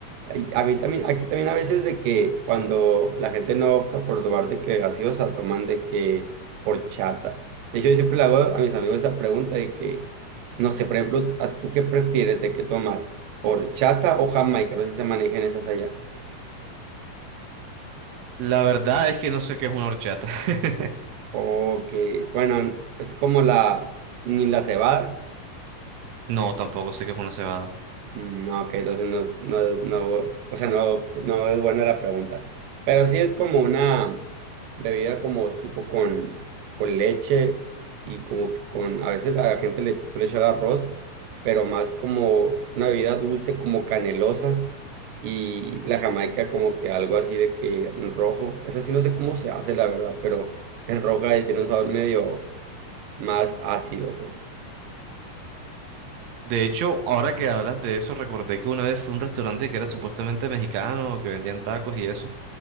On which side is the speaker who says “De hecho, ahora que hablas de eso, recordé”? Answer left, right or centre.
Right